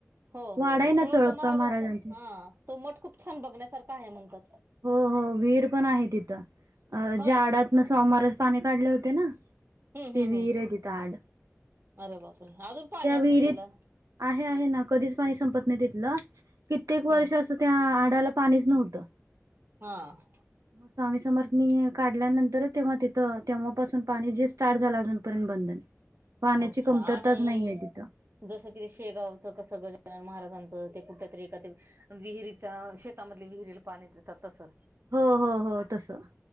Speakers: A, on the right; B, on the right.
A: हो
B: वाडांय
A: हो हो
B: नां
A: सोळाप्पा
B: चोळप्पा
A: महाराजांचा
B: महाराजांचे
A: हा तो मंठ खूंप छांन बघण्यांसारखा आहे म्हणतां
B: हो हो विहीर पणं आहे तिथं
A: होय
B: जाडांत नां स्वामीमहारांज पाणी काढले होते नां
A: हम्म
B: ते
A: हम्म
B: विहीर
A: हम्म
B: आहे तिथं आड
A: अरे बापरे अजूंन पाणी
B: त्या विहिरीत
A: असेल त्यांला
B: आहे आहे नां कधीचं पाणी संपत नाहीं तेतलं कित्येक
A: हम्म
B: वर्ष असं त्यां आडांला पाणीचं नव्हतं
A: हां
B: मंग स्वामी समर्थांनी काढल्यानंतरच तेंव्हा तिथं तेव्हांपासून पाणी जे स्टार्ट झालं अजूंन पर्यंत बंद नाहीं पाण्यांची
A: अच्छा
B: कमतरता
A: आणि
B: चं नाहींय तिथं
A: जसं कि ते शेगावचं कसं गजानन महाराजांचं ते कुंठ्या तरी एखादं विहिरींच्या शेतांमध्ये विहिरीलां पाणी देतांत तसं
B: हो हो हो तसं